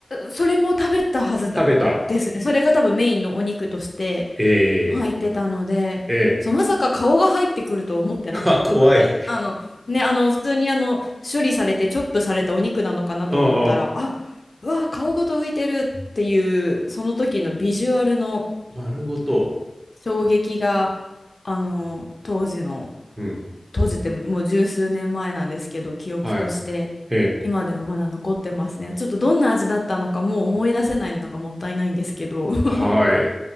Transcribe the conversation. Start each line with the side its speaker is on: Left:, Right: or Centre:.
Left: それも食べたはずだですね。
Right: 食べた。
Left: それが多分メインのお肉として
Right: え
Left: 入ってたので、
Right: え、ええ。
Left: そう、まさか顔が入ってくると思ってなかったので、
Right: <laughs> あ、怖い。<laughs>
Left: あの、ね、あの、普通にあの、処理されてチョップされたお肉なのかなと思ったら、
Right: ああ、
Left: あ、うわあ顔ごと浮いてるっていう、その時のビジュアルの
Right: 丸ごと。
Left: 衝撃が、あの、当時の
Right: うん。
Left: 閉じてももう十数年前なんですけど、記憶として今ではまだ残ってますね。
Right: はい。ええ。
Left: ちょっとどんな味だったのかもう思い出せないのがもったいないんですけど。<laughs>
Right: はい。